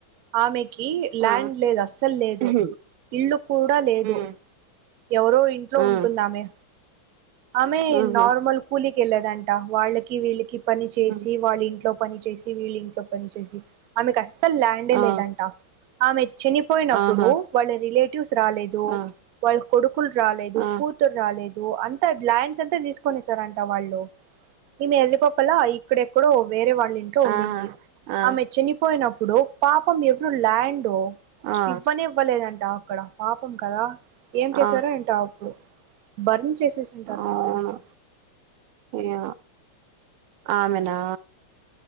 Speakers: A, on the right (about 65°); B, on the right (about 85°).
A: ఆమెకి ల్యాండ్
B: ఆ
A: లేదు అస్సలు లేదు
B: ఉహు,
A: ఇళ్లు కూడా లేదు
B: ఉమ్
A: ఎవరో ఇంట్లో
B: ఉమ్
A: ఉంటుందామె ఆమెే
B: ఉహు
A: నార్మల్ కూలీకిళ్ళధన్టా వాళ్ళ కి వీళ్ళకి పని చేసి
B: ఉమ్,
A: వాళ్ళ ఇంట్లో పని చేసి వీళ్ళ ఇంట్లో పని చేసి ఆమె క అసలు ల్యాండ్ ఎ
B: ఆ
A: లేదంట ఆమె చనిపోయినప్పుడు
B: ఆహా
A: వాళ్ళ రిలేటి్ రాలేదు
B: ఆ
A: వాళ్ళ కొడుకులు రాలేదు
B: ఆ
A: కూతురు రాలేదు అంత ల్యాండ్స్ అంతా తీసుకొనిస్తారంట వాళ్ళు ఈమె ఎర్రిపప్పల ఇక్కడెక్కడో వేరే వాళ్ళ ఇంట్లో ఉండింది
B: ఆహా ఆ
A: ఆమే చనిపోయినప్ ప్పుడు పాపం ఎవరు ల్యాండ్
B: ఆ
A: ఇవ్వని ఇవ్వలేదంట అక్కడ పాపం కదా ఏం చేశారో
B: ఆ
A: ఏంటప్పుడు బర్న్ చేసి టారు
B: అవును
A: నా తెలిసి
B: యా ఆమెనా